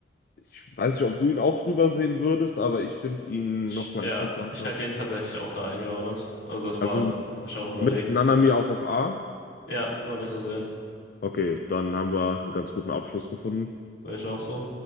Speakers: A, on the left; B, on the left.
A: Ich weiß nicht, ob du ihn auch drüber sehen würdest, aber ich finde ihn
B: ich,
A: nochmal
B: ja,
A: interessanter.
B: ich hätte ihn tatsächlich auch da eingeordnet. Also das
A: Also
B: war, hatte ich auch überlegt.
A: mit Nanami auch auf A.
B: Ja, nur nicht so sehen.
A: Okay, dann haben wir einen ganz guten Abschluss gefunden.
B: Sehe ich auch so.